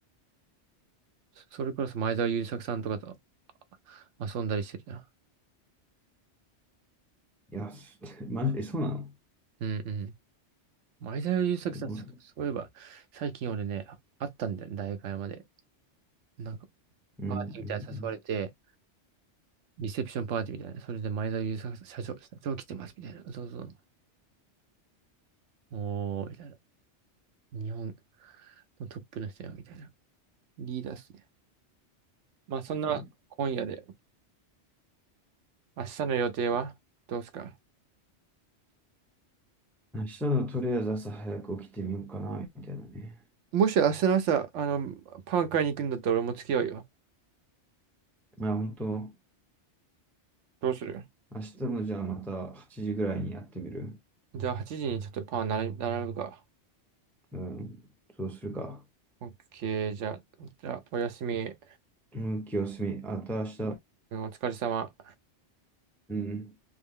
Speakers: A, on the right; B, in the centre.
A: それプラス前澤友作さんとかとあ遊んだりしてるな。
B: いや、す <laughs> マジで、えそうなの
A: うんうん。前澤友作さん、
B: すごい。
A: そそういえば、
B: うん、
A: 最近俺ね、会ったんだよね、大会山で。なんか、
B: うん、
A: パーティーみたいなの誘われて、
B: うん。
A: リセプションパーティーみたいな。それで前澤友作さん、社長、社長来てます、みたいな。そうそう。おー、みたいな。日本のトップの人よ、みたいな。リーダーっすね。まあ、そんな今夜で、
B: すごい。
A: 明日の予定はどうすか
B: 明日のとりあえず朝早く起きてみようかな、みたいなね。
A: もし明日の朝、あの、パン買いに行くんだったら俺も付き合うよ。
B: まあ本当、
A: どうする
B: 明日のじゃあまた8時ぐらいにやってみる。
A: じゃあ8時にちょっとパン並び並ぶか。
B: うん、そうするか。
A: OK、じゃあ、じゃあおやすみ。
B: 向きを進み、あと明日、
A: うんお疲れ様。
B: うん。